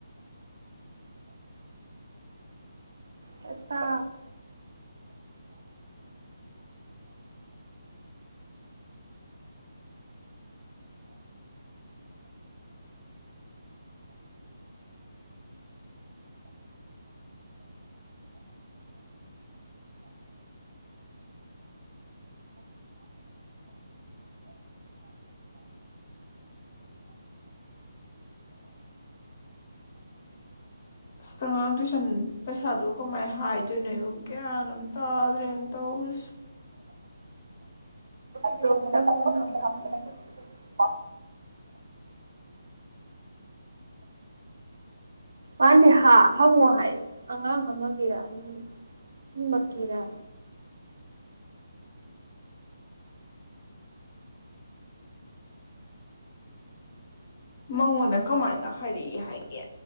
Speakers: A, on the right; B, on the left.
A: ꯁꯦꯇꯥ
B: ꯑꯁꯇꯉꯥꯡ ꯇꯨꯏꯁꯟ ꯄꯩꯁꯥꯗꯣ ꯀꯃꯥꯏꯅ ꯍꯥꯏꯗꯣꯏꯅꯣ ꯑꯩꯨ ꯒ꯭ꯌꯥꯟ ꯑꯃꯝ ꯇꯥꯗ꯭ꯔꯦꯅ ꯇꯧꯔꯨꯁ
A: ꯏꯇꯣꯝꯇ <inaudible> ꯃꯥꯥꯟꯗꯦ ꯍꯪꯉꯣ ꯍꯥꯏ ꯑꯉꯥꯡ ꯑꯃꯒꯤꯔꯅꯤ ꯑꯃꯛꯀꯤꯔ
B: ꯃꯉꯣꯟꯗ ꯀꯃꯥꯏꯅ ꯍꯥꯏꯔꯛꯏ ꯍꯥꯏꯒꯦ